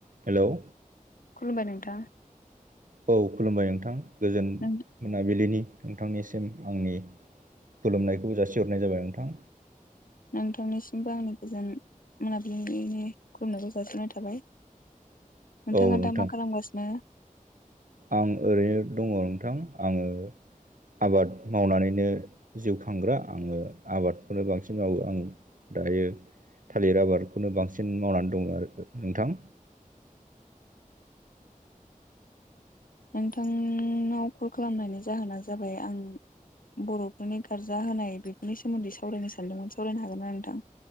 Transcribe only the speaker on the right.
हेल'
औ खुलुमबाय नोंथां। गोजोन
मोनाबिलिनि नोंथांनिसिम आंनि खुलुमनायखौ जासिहरनाय जाबाय नोंथां।
औ नोंथां
आं ओरैनो दङ नोंथां आङो आबाद मावनानैनो जिउ खांग्रा आङो आबादखौनो बांसिन मावो आं दायो थालिर आबादखौनो बांसिन मावनानै दङ आरो नोंथां